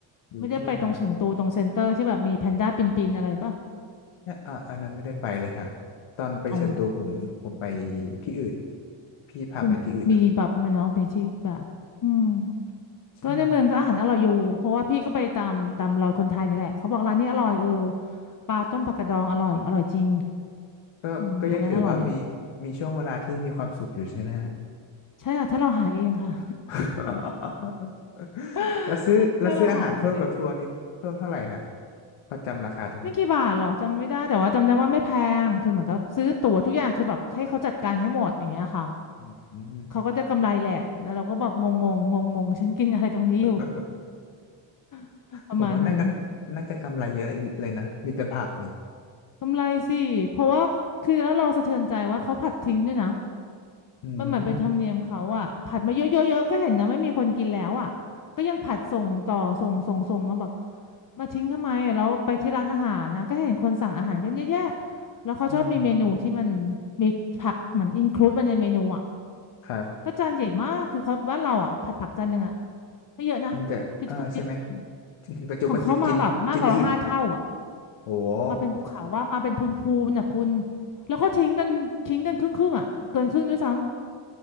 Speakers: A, on the left; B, on the left.
A: อยู่ที่นู่นนะ
B: ไม่ได้ไปตรงเฉิงตูตรงเซ็นเตอร์ที่แบบมีแพนด้าปีนๆอะไรป่ะ
A: อ่ะอะอันนั้นไม่ได้ไปเลยฮะตอนไปเฉินตูผมผมไป
B: อ๋อ
A: ที่อื่นพี่พาไปที่อื่นเอ่ะ
B: คุณมีแบบไหมันเนาะไปที่แบบ อืม
A: ใช่
B: ก็ในเมืองก็อาหารอร่อยอยู่ เพราะว่าพี่ก็ไปตามตามรอยคนไทยนี่แหละเขาบอกร้านนี้อร่อยเออ ปลาต้มปลากระดองอร่อยอร่อยจริง
A: ก็ก็ยังถือว่ามี
B: อืมอันนั้นอร่อย
A: มีช่วงเวลาที่มีความสุขอยู่ใช่ไหมฮะ
B: ใช่ค่ะถ้าเราหาเองค่ะ
A: <laughs>
B: <laughs>
A: แล้วซื้อแล้วซื้ออาหารเพิ่มกับทัวร์นี้เพิ่มเท่าไหร่ฮะ
B: ถ้าเราหาของเราเอง
A: พอจำราคาได้ไหม
B: ไม่กี่บาทหรอกจำไม่ได้แต่ว่าจำได้ว่าไม่แพงคือเหมือนกับซื้อตั๋วทุกอย่างคือแบบให้เขาจัดการให้หมดอย่างเงี้ยค่ะ
A: อืม
B: เขาก็จะกำไรแหละแล้วเราก็แบบงงงงงงงๆฉันกินอะไรตรงนี้อยู่
A: <laughs>
B: <laughs> ประมาณหนึ่ง
A: ผมว่าน่ากันน่าจะกำไรเยอะเลยนะมีแต่ผักนี่
B: กำไรสิ เพราะว่าคือแล้วเราสะเทือนใจว่าเขาผัดทิ้งด้วยนะ
A: อืม
B: มันเหมือนเป็นธรรมเนียมเขาอะผัดมาเยอะๆๆก็เห็นนะไม่มีคนกินแล้วอะก็ยังผัดส่งต่อส่งส่งส่งมาแบบมาทิ้งทำไมอะแล้วไปที่ร้านอาหารนะก็เห็นคนสั่งอาหารกันเยอะแยะแล้วเขาชอบมีเมนูที่มัน
A: อืม
B: มีผักเหมือนอินคลูดมาในเมนูอะ
A: ครับ
B: ก็จานใหญ่มากคือเขาบ้านเราอะผัดผักจานหนึ่งอะไม่เยอะนะกระจิบกุบจิบ
A: มันจะเออใช่ไหมกระจุกกระจิบกินกินไม่อิ่ม
B: ของเขามาแบบมากกว่าห้าเท่าอะ
A: โอ้โห
B: มาเป็นภูเขาว่ามาเป็นพูนพูนน่ะคุณแล้วก็ทิ้งกันทิ้งกันครึ่งครึ่งอ่ะเกินครึ่งด้วยซ้ำ